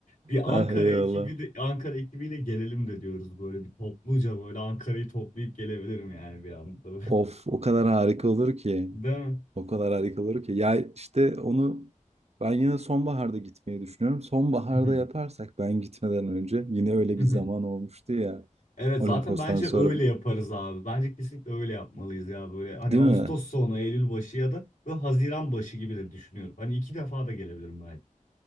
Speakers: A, on the left; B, on the right.
A: Bir
B: Ah
A: Ankara
B: eyvallah.
A: ekibi de, Ankara ekibiyle gelelim de diyoruz böyle bir topluca böyle Ankara'yı toplayıp gelebilirim yani bir anda.
B: Of o kadar harika olur ki.
A: <laughs> Değil
B: O kadar harika olur ki. Ya işte onu ben yine sonbaharda gitmeyi düşünüyorum. Sonbaharda
A: mi?
B: yaparsak ben gitmeden önce yine öyle
A: <laughs>
B: bir zaman olmuştu ya.
A: Evet
B: Olimpos'tan
A: zaten bence
B: sonra
A: öyle yaparız abi. Bence kesinlikle öyle yapmalıyız ya böyle. Hani
B: değil
A: Ağustos
B: mi?
A: sonu, Eylül başı ya da böyle Haziran başı gibi de düşünüyorum. Hani iki defa da gelebilirim belki.